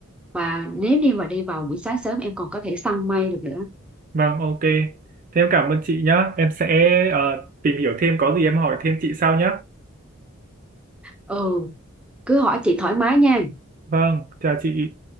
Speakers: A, in the centre; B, on the right.
A: và nếu như mà đi vào buổi sáng sớm em còn có thể săn mây được nữa.
B: Vâng, ok. Thế em cảm ơn chị nhá. Em sẽ ờ, tìm hiểu thêm có gì em hỏi thêm chị sau nhá.
A: Ừ, cứ hỏi chị thoải mái nha.
B: Vâng, chào chị.